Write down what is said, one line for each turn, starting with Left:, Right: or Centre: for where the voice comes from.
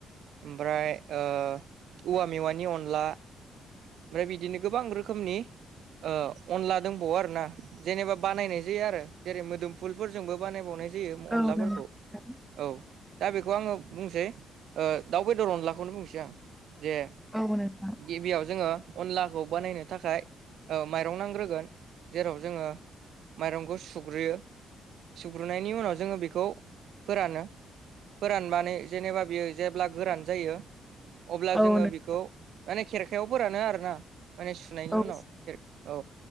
Right: ओमफ्राय औवा मेवानि अनला ओमफ्राय बिदिनो गोबां रोखोमनि अनला दंबावो आरोना। जेनेबा बानायनाय जायो आरो जेरै मोदोमफुलफोरजोंबो बानायबावनाय जायो
Centre: औ
Right: अनलाफोरखौ
Centre: नंगौ नोंथां
Right: औ दा बेखौ आङो बुंनोसै दाउ बेदर अनलाखौनो बुंनोसै आं। जे
Centre: औ नोंथां
Right: गिबियाव जोङो अनलाखौ बानायनो थाखाय माइरं नांग्रोगोन जेराव जोङो माइरंखौ सुग्रोयो सुग्रोनायनि उनाव जोङो बेखौ फोरानो फोराननानै जेनेबा बियो जेब्ला गोरान जायो। अब्ला
Centre: औ
Right: जोङो बेखौ माने खेरखायाव फोरानो आरोना माने सुनायनि
Centre: औ
Right: उनाव। औ